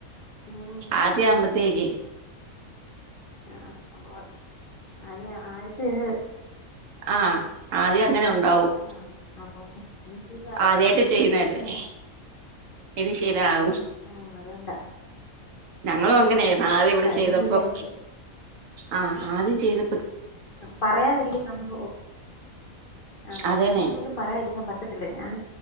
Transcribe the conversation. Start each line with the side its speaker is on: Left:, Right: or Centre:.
Left: ഉം
Right: ആദ്യ അമ്പത്തേക്ക്
Left: അ ആ അപ്പൊ അത ആദ്യത്തെര്
Right: ആ ആദ്യം അങ്ങനെ ഉണ്ടാവും
Left: ആ അപ്പൊപിന്നെ അഹ് ശരി
Right: ആദ്യായിട്ട് ചെയ്യുന്നല്ലേ ഇനി ശരിആവും
Left: ഉം അതുകൊണ്ടാ
Right: ഞങ്ങളും
Left: ഉം
Right: അങ്ങനെയായിരുന്നു ആദ്യ ഇവിടെ
Left: അയിന്
Right: ചെയ്തപ്പം
Left: ശീലായിക്കോളും
Right: ആഹ ആദ്യം ചെയ്ത
Left: പറയാതിരിക്കുന്നു നമുക്ക് ആഹ
Right: അതേന്നെ
Left: ഒരെണ്ണം പോലും പറയാതിരിക്കാൻ പറ്റത്തില്ല ഞാൻ